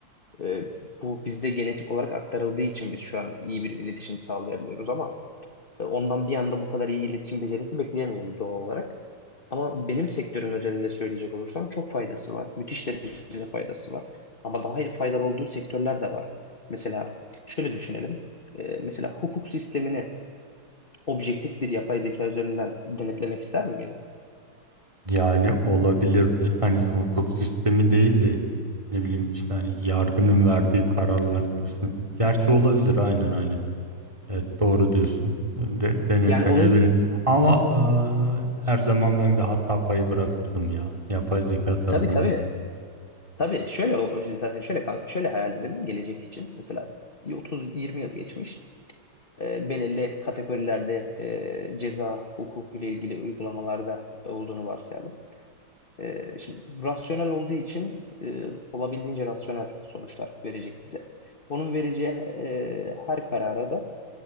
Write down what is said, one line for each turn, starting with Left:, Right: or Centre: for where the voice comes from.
Left: E, bu bizde genetik olarak aktarıldığı için biz şu an iyi bir iletişim sağlayabiliyoruz ama e, ondan bir anda bu kadar iyi iletişim becerisi bekleyemeyiz doğal olarak. Ama benim sektörüm özelinde söyleyecek olursam çok faydası var. Müthiş derecede faydası var. Ama daha faydalı olduğu sektörler de var. Mesela şöyle düşünelim. E, mesela hukuk sistemini objektif bir yapay zeka üzerinden denetlemek ister miydin?
Right: Yani olabilirdi. Hani hukuk sistemi değil de ne bileyim işte hani yargının verdiği kararlar gibisine. Gerçi olabilir aynen aynen. Evet doğru diyorsun. De, denetlenebilir.
Left: Yani onun
Right: Ama e, her zaman ben bir hata payı bırakırdım ya. Yapay zeka tarafına.
Left: tabii tabii. Tabii şöyle o- zaten şöyle kanka şöyle hayal edelim gelecek için. Mesela 30-20 yıl geçmiş. e, belirli kategorilerde e, ceza hukuku ile ilgili uygulamalarda olduğunu varsayalım. E, şimdi rasyonel olduğu için e, olabildiğince rasyonel sonuçlar verecek bize. Onun vereceği e, her karara da